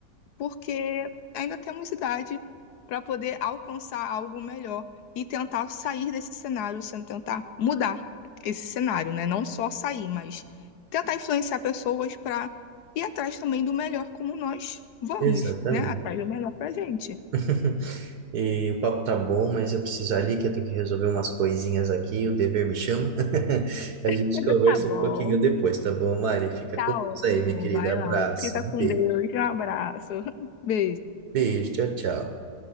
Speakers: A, on the left; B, on the right.
A: porque ainda temos idade para poder alcançar algo melhor e tentar sair desse cenário, sem tentar mudar esse cenário, né? Não só sair, mas tentar influenciar pessoas para ir atrás também do melhor como nós vamos,
B: Exatamente.
A: né? Atrás do melhor pra gente.
B: <laughs> E o papo tá bom, mas eu preciso ali que eu tenho que resolver umas coisinhas aqui, o dever me chama. <laughs> A
A: <laughs>
B: gente conversa
A: Tá bom,
B: um pouquinho depois, tá bom, Mari? Fica
A: tá
B: com Deus
A: ótimo.
B: aí, minha querida.
A: Vai
B: Abraço,
A: lá. Fica com
B: beijo.
A: Deus. Um abraço. <laughs> Beijo.
B: Beijo, tchau, tchau.